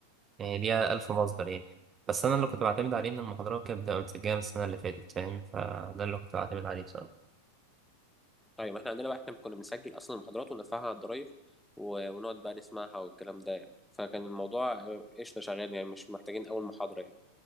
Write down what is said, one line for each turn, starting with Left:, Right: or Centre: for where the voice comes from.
Right: يعني ليها ألف مصدر يعني بس أنا اللي كنت بعتمد عليه إن المحاضرات كانت بتبقى متسجلة من السنة اللي فاتت فاهم فده اللي كنت بعتمد عليه بصراحة
Centre: ايوه ما احنا عندنا بقى احنا كنا بنسجل اصلا المحاضرات ونرفعها على الضرايف و- ونقعد بقى نسمعها والكلام ده يعني فكان الموضوع آه، قشطه شغال يعني مش محتاجين اول محاضره يعني